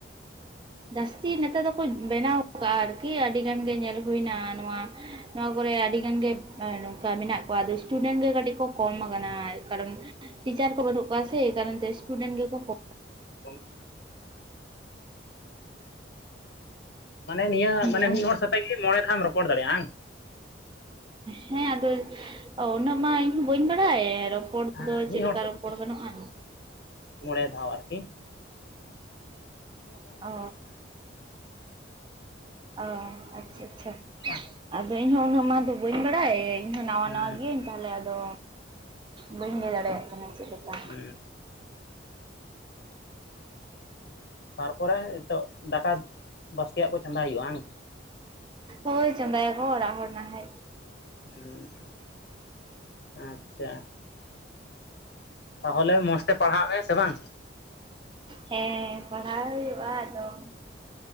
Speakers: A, on the right (about 25°); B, on the left (about 60°).
A: ᱡᱟᱥᱛᱤ ᱱᱮᱛᱟᱨ ᱫᱚᱠᱚ ᱵᱮᱱᱟᱣ ᱟᱠᱟᱜ-ᱟ ᱟᱨᱠᱤ ᱟᱹᱰᱤ ᱜᱟᱱ ᱜᱮ ᱧᱮᱞ ᱦᱩᱭᱱᱟ ᱱᱚᱣᱟ ᱼᱼ ᱱᱚᱣᱟ ᱠᱚᱨᱮ ᱟᱹᱰᱤ ᱜᱟᱱ ᱜᱮ ᱱᱚᱝᱠᱟ ᱢᱮᱱᱟᱜ ᱠᱚᱣᱟ ᱟᱫᱚ ᱥᱴᱩᱰᱮᱱᱴ ᱜᱮ ᱠᱟᱹᱴᱤᱡ ᱠᱚ ᱠᱚᱢ ᱼᱼ ᱠᱟᱱᱟ ᱠᱟᱨᱚᱱ ᱴᱤᱪᱟᱨ ᱠᱚ ᱵᱟᱹᱱᱩᱜ ᱠᱚᱣᱟ ᱥᱮ ᱮᱭ ᱠᱟᱨᱚᱱ ᱛᱮ ᱥᱴᱩᱰᱮᱱᱴ ᱜᱮᱠᱚ ᱠᱚ
B: <unintelligible> ᱢᱟᱱᱮ ᱱᱤᱭᱟᱹ ᱢᱟᱱᱮ
A: ᱦᱩᱸ
B: ᱢᱤᱫ ᱦᱚᱲ ᱠᱟ ᱛᱮᱜᱤ ᱢᱚᱬᱮ ᱫᱷᱟᱣᱮᱢ ᱨᱚᱯᱚᱲ ᱫᱟᱲᱮᱭᱟᱼᱟ ᱦᱟᱝ?
A: ᱦᱮᱸ ᱟᱫᱚ ᱩᱱᱟᱹᱜ ᱢᱟ ᱤᱧ ᱦᱚᱸ ᱵᱟᱹᱧ ᱵᱟᱲᱟᱭ ᱨᱚᱯᱚᱲ
B: ᱦᱮᱸ
A: ᱫᱚ
B: ᱢᱤᱫ
A: ᱪᱮᱫ
B: ᱦᱚᱲ
A: ᱞᱮᱠᱟ
B: ᱥᱟᱛᱮᱜ
A: ᱨᱚᱯᱚᱲ ᱜᱟᱱᱚᱜᱼᱟ
B: ᱢᱚᱬᱮ ᱫᱷᱟᱣ ᱟᱨᱠᱤ ᱾
A: ᱚᱻ ᱚ ᱟᱪᱪᱷᱟ ᱟᱪᱪᱷᱟ
B: ᱵᱟᱝ
A: ᱟᱫᱚ ᱤᱧ ᱦᱚᱸ ᱩᱱᱟᱹᱜ ᱢᱟ ᱫᱚ ᱵᱟᱹᱧ ᱵᱟᱲᱟᱭ ᱤᱧ ᱦᱚᱸ ᱱᱟᱣᱟ
B: ᱦᱮᱸ
A: ᱱᱟᱣᱟ ᱜᱤᱭᱟᱹᱧ
B: ᱦᱮᱸ
A: ᱛᱟᱦᱞᱮ ᱟᱫᱚ ᱵᱟᱹᱧ ᱞᱟᱹᱭ ᱫᱟᱲᱮᱭᱟᱜ ᱠᱟᱱᱟ ᱪᱮᱫ ᱞᱮᱠᱟ ᱾
B: <unintelligible> ᱛᱟᱨᱯᱚᱨᱮ ᱱᱤᱛᱚᱜ ᱫᱟᱠᱟ ᱵᱟᱥᱠᱮ ᱭᱟᱜ ᱠᱚ ᱪᱚᱸᱫᱟ ᱦᱩᱭᱩᱜ-ᱟ ᱵᱟᱝ?
A: ᱦᱳᱭ ᱪᱚᱫᱟᱭᱟ ᱠᱚ ᱚᱲᱟᱜ ᱦᱚᱲ ᱱᱟᱦᱟᱭ
B: ᱦᱩᱸ ᱟᱪᱪᱷᱟ ᱛᱟᱦᱚᱞᱮ ᱢᱚᱸᱡᱽ ᱛᱮ ᱯᱟᱲᱦᱟᱜ ᱢᱮ ᱥᱮ ᱵᱟᱝ
A: ᱦᱮᱸ ᱯᱟᱲᱦᱟᱣ ᱦᱩᱭᱩᱜᱼᱟ ᱟᱫᱚ ᱾